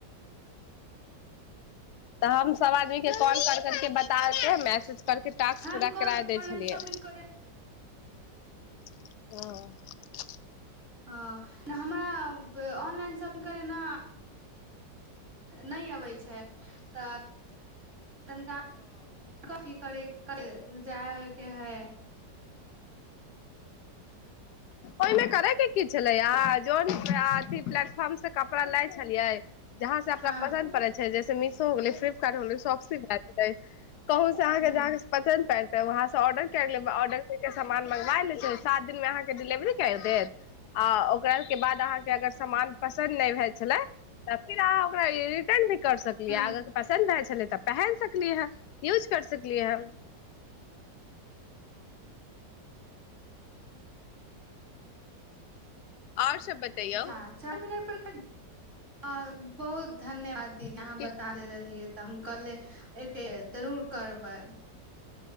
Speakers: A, on the left; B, on the right.
A: तऽ हम सब आदमी के कॉल कर करके बताते है मैसेज करके टास्क
B: हम
A: पूरा
B: कह
A: करा देै
B: ऑनलाइन
A: छलियै
B: शॉपिंग करे
A: ह
B: हँ नहि हमरा ऑनलाइन शॉपिंग करेना नहि अबै छै तऽ तनिकाह कथी करय जाययके हइ
A: ओहिमे करैके की छलै आ जन थी प्लेटफॉर्म से क कपड़ा लै छलियै जहाँ से अपना
B: हँ
A: पसन्द पड़ै जैसे मिशो हो गेलै फ्लिपकार्ट हो गेलै सबॉपसी भातै कहुं से अहाँके
B: हँ
A: ज पतन्द पड़त तऽ वहाँ से र्ड कर लेब ऑडर करके स समान मँंगबा लै छै सात दिन मे अहां कें डिलेभरी करि देत आ ओकरा आर के बाद अहां कें समान पसन्द नहि भइ छल तऽ फेर अहाँ ओकरा रिटर्न भी कर सकिय
B: हँ
A: पसन्द भए छलै तऽ प यू कर सकियै आओर सब बतैयौ
B: जा चार मिनार पर अ बहुत धन्यवाद की यहाँ
A: तऽ
B: बता द रहलियै तऽ हम कहले एकके जरूर करबैय